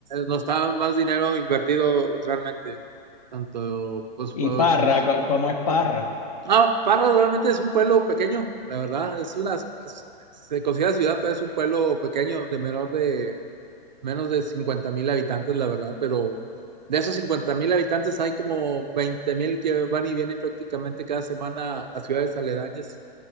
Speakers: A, on the right; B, on the left.
A: no está más dinero invertido realmente. Tanto, pues,
B: Y Parra,
A: sí,
B: co- ¿cómo es Parra?
A: Ah, Parras realmente es un pueblo pequeño, la verdad. Es una, es- se considera ciudad, pero es un pueblo pequeño, de menor de, menos de 50 mil habitantes, la verdad. Pero de esos 50 mil habitantes hay como 20 mil que van y vienen prácticamente cada semana a ciudades aledañas